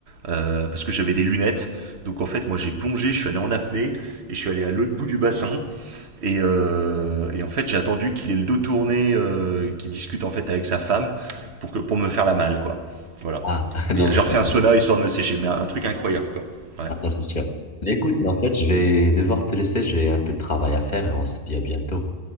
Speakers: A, on the right; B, on the left.
A: euh, parce que j'avais des lunettes. Donc en fait, moi j'ai plongé, je suis allé en apnée et je suis allé à l'autre bout du bassin. Et, euh, et en fait, j'ai attendu qu'il ait le dos tourné, euh, qu'il discute en fait avec sa femme pour, que, pour me faire la malle, quoi. Voilà.
B: ah, <laughs> non,
A: Et j'ai
B: mais ça,
A: refait un sauna histoire de me sécher, mais un, un truc incroyable, quoi. Ouais.
B: Ah, non, c'est sûr. Mais écoute, en fait, je vais devoir te laisser, j'ai un peu de travail à faire et on se dit à bientôt.